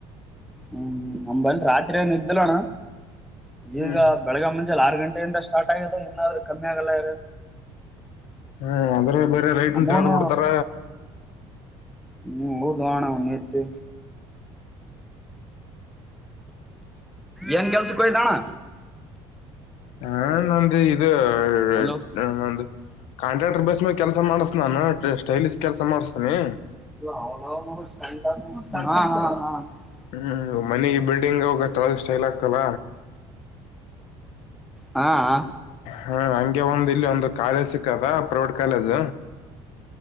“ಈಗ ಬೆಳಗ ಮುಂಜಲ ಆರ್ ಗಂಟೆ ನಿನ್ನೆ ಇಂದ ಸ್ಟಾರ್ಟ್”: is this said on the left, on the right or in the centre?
Centre